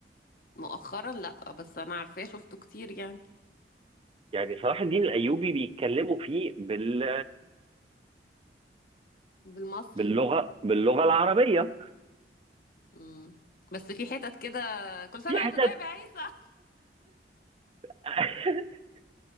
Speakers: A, on the left; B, on the right.
A: مؤخرا لا بس انا عارفاه شفته كتير يعني
B: يعني صلاح الدين الايوبي بيتكلموا فيه بال
A: بالمصري
B: باللغه باللغه العربيه
A: مم. بس في حتت كده كل سنة
B: في حتت
A: وانت طيب يا عيسى <laughs>
B: <laughs>